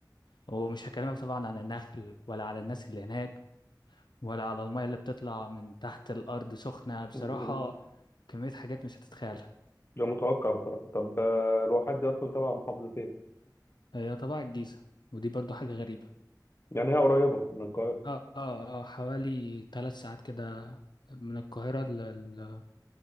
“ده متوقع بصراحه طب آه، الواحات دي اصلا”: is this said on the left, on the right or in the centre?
Left